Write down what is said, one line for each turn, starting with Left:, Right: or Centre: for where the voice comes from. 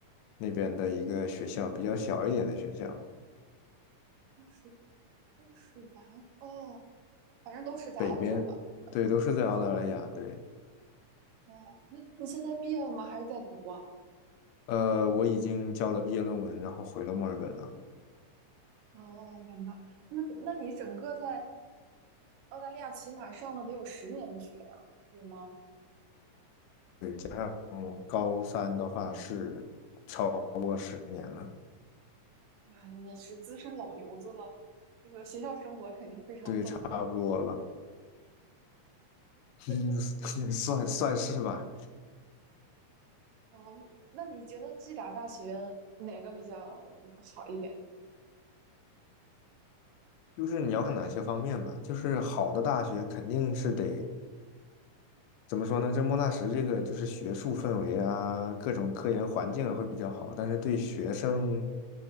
Left: 那边的一个学校，比较小一点的学校，
Right: 当是，当是完哦，反正都是在澳洲的
Left: 北边，对，都是在澳大利亚，
Right: 硕士。
Left: 对。
Right: 哦，那你现在毕业了吗？还是在读啊？
Left: 呃，我已经交了毕业论文，然后回了墨尔本了。
Right: 哦，明白。那那你整个在澳大利亚起码上了得有十年的学呀，有吗？
Left: 对，加上高三的话是超过十年了，
Right: 那你是资深老油子了，这个学校生活肯定非常丰富。
Left: 对，差不多了，<laughs>
Right: <laughs> 那
Left: 算算是吧。
Right: 啊那你觉得这俩大学哪个比较好一点？
Left: 就是你要看哪些方面吧，就是好的大学肯定是得怎么说呢？就莫纳什这个就是学术氛围啊，各种科研环境啊会比较好，但是对学生、